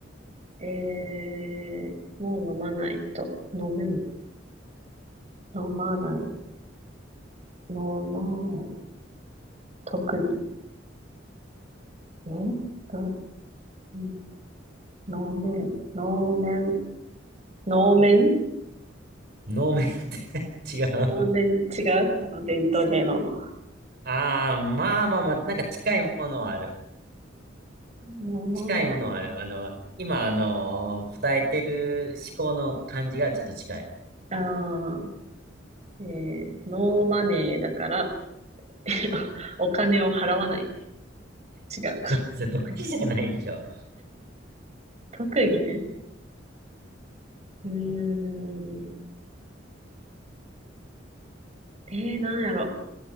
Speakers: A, on the right; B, on the right.
A: えー、もう飲まない人。飲めん。飲まない。飲まない。特技。えど、うん。能面。能面。能面
B: 飲めって <laughs> 違う。
A: 能面。違うあの、伝統芸能の。
B: ああ、まあまあまあ、なんか近いものはある。
A: 飲まない。
B: 近いものはある。あの、今、あのー答えてる思考の感じがちょっと近い。
A: ああ、えー、ノーマネーだから、<laughs> お金を払わない。違うか。
B: それ特技じゃないでしょ。
A: 特技ね。うーん。えー、なんやろ。